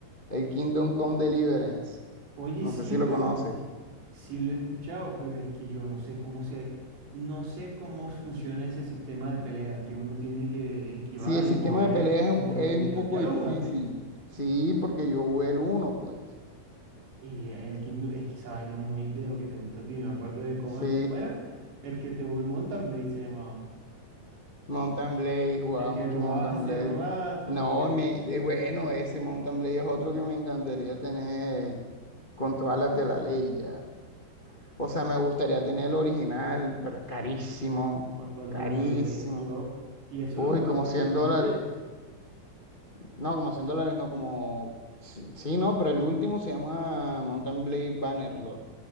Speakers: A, on the left; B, on the right.
A: el Kingdom Come Deliverance.
B: Oye,
A: No
B: sí,
A: sé si
B: pero
A: lo conoces.
B: es que sí, sí lo he escuchado, pero es que yo no sé cómo se, no sé cómo funciona ese sistema de pelea que uno tiene que esquivar
A: Sí, el sistema
B: y mover,
A: de peleas es
B: que
A: un,
B: no he entendido.
A: es un poco
B: ¿Ya lo
A: difícil.
B: jugaste?
A: Sí, porque yo jugué el uno, pues.
B: Y el Kingdom, es que esa vaina es muy de lo que te gusta a ti. Me acuerdo de Coman,
A: Sí,
B: ¿cómo era? El que te jugué Mountain Blade se llamaba.
A: Mountain Blade, jugaba
B: El que
A: mucho
B: jugaba
A: Mountain
B: hace
A: Blade.
B: rato,
A: No,
B: que era
A: me, de- bueno, ese Mountain Blade es otro que me encantaría tener con todas las de la ley ya. O sea, me gustaría tener el original, pero es carísimo,
B: actual
A: carísimo.
B: un Mountain Blade. Yo, y eso
A: Uy,
B: lo jugabas
A: como
B: por
A: 100
B: el dos mil
A: dólares.
B: diez.
A: No, como 100 dólares, no como... Sí, sí, no, pero el último se llama Mountain Blade Bannerlord,